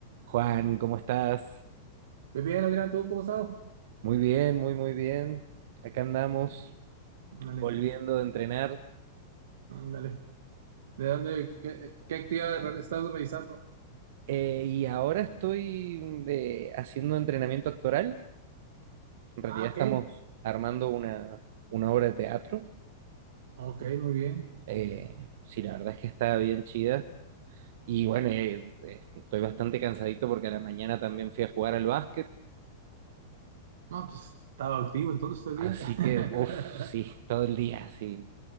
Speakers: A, on the right; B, on the right.
A: Juan, ¿cómo estás?
B: Muy bien, Adrián, ¿tú cómo estás?
A: Muy bien, muy, muy bien. Acá andamos
B: Ándale,
A: volviendo de entrenar.
B: ándale. ¿De dónde, qué, qué actividad re- estás realizando?
A: Eh, y ahora estoy eh, haciendo entrenamiento actoral. En realidad
B: Ah, ok,
A: estamos armando una, una obra de teatro.
B: ok, muy bien.
A: Eh, sí, la verdad es que está bien chida. Y bueno, eh, eh, estoy bastante cansadito porque a la mañana también fui a jugar al básquet.
B: No, pues estaba activo entonces todo el
A: Así
B: día. <laughs>
A: que, uff, sí, todo el día, sí,